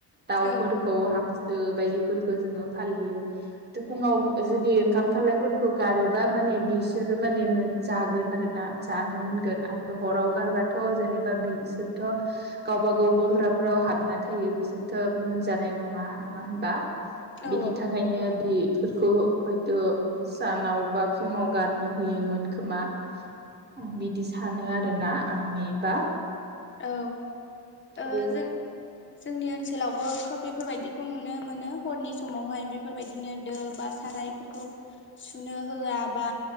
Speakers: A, on the right; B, on the left.
A: दाउफोरखौ
B: औ
A: हांसो बायदिफोरखौ जोङो फालियो फुङाव जुदि ओंखाम खालायफोरखौ गारोबा माने बिसोरो माने मोन जागोन आरो ना मोन आरो हाव गारबाथ' जेनेबा बिसोरथ' गावबागाव गग्रा फ्रिव हाबना थायो बिसोरथ' मोनजानाय नङा नङा होनबा
B: औ
A: बिनि थाखायनो बेफोरखौ हयथ' सानाव बा फुङाव गारनो होयोमोन खोमा आं बिदि सानो आरोना आंनिबा
B: औ ओ
A: औ
B: जों जोंनि ओनसोलावबो खोब बेफोरबायदिखौ नुनो मोनो हरनि समावहाय बेफोरबायदिनो दो बा सा सारायफोरखौ सुनो होया बा